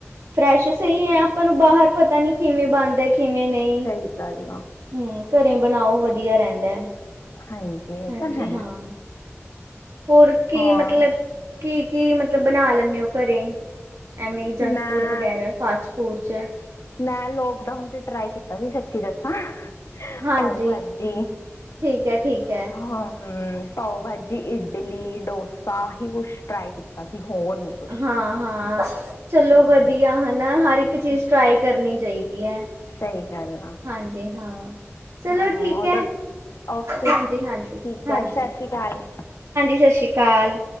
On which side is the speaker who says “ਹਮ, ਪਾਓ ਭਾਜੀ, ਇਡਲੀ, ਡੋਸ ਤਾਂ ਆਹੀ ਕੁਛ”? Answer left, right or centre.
Left